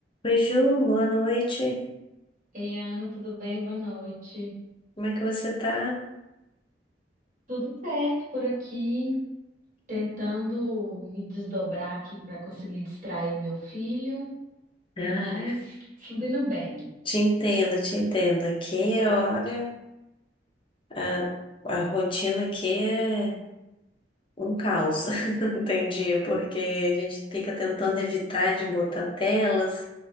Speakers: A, on the left (about 30°); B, on the right (about 45°).
A: Oi, Ju, boa noite.
B: Ei, Ana, tudo bem? Boa noite.
A: Como é que você tá?
B: Tudo certo por aqui, tentando me desdobrar aqui para conseguir distrair meu filho,
A: Ah,
B: mas tudo indo bem.
A: te entendo, te entendo. Aqui, olha, a, a rotina aqui é um caos. <laughs> Não Tem dia, porque a gente fica tentando evitar de botar telas,